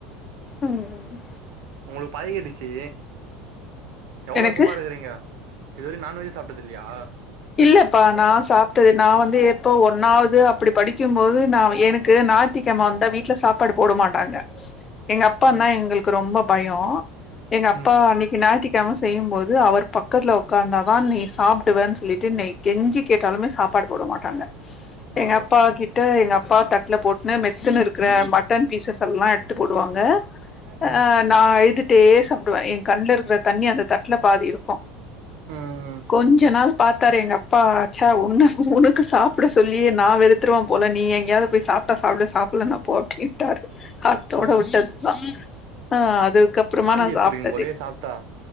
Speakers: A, on the left (about 25°); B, on the right (about 65°).
A: ம்
B: உங்களுக்கு பாதி கேட்டுச்சு எவ்ளோ
A: எனக்கு
B: வசும்மா இருக்கிறீங்க இதுவரை நான்வெஜ் சாப்டது இல்லையா
A: இல்லப்பா நான் சாப்ட்டது நான் வந்து எப்போ ஒன்னாவது அப்டி படிக்கும்போது நா எனக்கு ஞாத்திகிழம வந்தா வீட்ல சாப்பாடு போட மாட்டாங்க எங்க அப்பா
B: ஆ
A: நா எங்களுக்கு ரொம்ப பயம் எங்க அப்பா
B: ம்
A: அன்னைக்கு ஞத்திக்காம செய்யும்போது அவர் பக்கதுல உட்காந்தா தான் நீ சாப்டுவேன்னு சொல்லிட்டு கெஞ்சி கேட்டாலுமே சாப்பாடு போட மாட்டாங்க
B: ஆ
A: எங்க அப்பா கிட்ட எங்க அப்பா த தட்லபோட்னு மெத்துனு இருக்கிற மட்டன் பீசஸ்ல்லாம் போடுவாங்க ஆ
B: ம்
A: நான் அழுதுட்டே சாப்டுவே என் கண்ல இருக்கிற தண்ணி அந்த தட்ல பாதி இருக்கும்
B: ம் ம்
A: கொஞ்ச நாள் பாத்தாரு எங்க அப்பாச்சா ஒன்னு உனக்கு சாப்பிட சொல்லியே நா வெறு செத்துருவ போல நீஎங்கேயாவது போய் சாப்ட்டா சாப்டு சாப்லன போ அப்படின்ட்டாரு அத்தோட
B: ஆ
A: விட்டதுதான் ஆ அதுக்கப்புறமா
B: வாந்தி
A: நான்
B: எத்துருவீங்க
A: சாப்ட்டதே
B: போலயே சாப்ட்டா